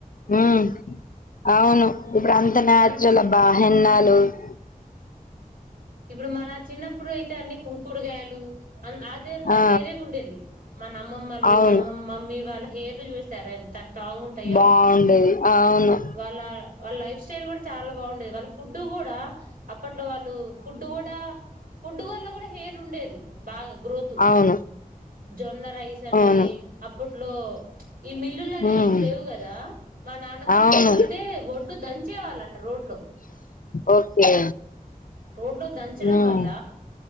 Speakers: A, on the left; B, on the right.
A: హ్మ్ అవును ఇప్పుడు అంతా నేచరల్
B: మన
A: అబ హెన్నా లు హలో
B: ఇప్పుడు మన చిన్నప్పుడు అయితే అన్ని కుం కుంకుడుకాయలు అది అంతా
A: ఆ
B: వేరేగా ఉండేది మన అమ్మమ్మలు
A: అవును
B: అమ్మమ్ మమ్మీ వాళ్ళ హెయిర్ లు చూపిస్తారా ఎంత స్ట్రాంగ్ ఉంటాయో
A: బాగుండేది అవును
B: వాళ్ళ వాళ్ళ లైఫ్ స్టైల్ కూడా చాలా బాగుండేది వాళ్ళ ఫుడ్ కూడా అప్పట్లో వాళ్ళు ఫుడ్ కూడా ఫుడ్ వాళ్ళ కూడా హెయిర్ ఉండేది బాగా గ్రోత్
A: అవును
B: జొన్న రైస్ అని
A: అవును
B: అప్పట్లో ఈ మిల్లులని
A: ఉమ్
B: ఏమి లేవు కదా మా నాన్నమ్మ వాళ్ళ
A: అవును
B: టైంలో అయితే ఒొడ్లు దంచేవాలంట రోడ్
A: ఓకే
B: రోడ్ లో దంచడం
A: ఉమ్
B: వల్ల